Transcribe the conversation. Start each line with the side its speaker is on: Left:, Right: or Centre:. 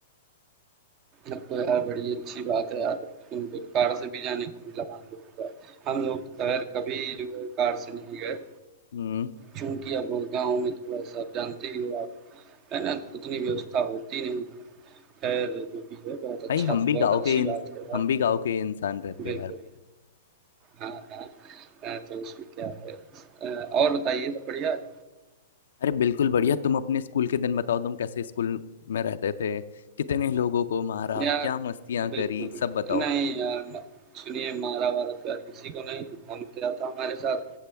Right: अब तो यार बड़ी अच्छी बात है यार अब तो तुमको तो कार से भी जाने को मिला मान लो होगा हम लोग तो खैर कभी जो है कार से नहीं गए
Left: हम्म
Right: क्योंकि अब वो गाँव में थोड़ा सा आप जानते ही हो आप है ना उतनी व्यवस्था होती नहीं है खैर जो भी है बहुत
Left: भाई
Right: अच्छा
Left: हम भी
Right: बहुत
Left: गाँव
Right: अच्छी
Left: के इंस-
Right: बात है यार
Left: हम भी गाँव के इंसान रहते
Right: बिल्कुल।
Left: हैं
Right: हाँ, हाँ। अ, तो उसमें क्या है अ, और बताइए सब बढ़िया है?
Left: अरे बिल्कुल बढ़िया तुम अपने स्कूल के दिन बताओ तुम कैसे स्कूल में रहते थे कितने लोगों को मारा
Right: यार
Left: क्या मस्तियां
Right: बिल्कुल,
Left: करी
Right: बिल्कुल।
Left: सब बताओ
Right: नहीं यार, म सुनिए मारा-वारा तो यार किसी को नहीं। हम क्या था हमारे साथ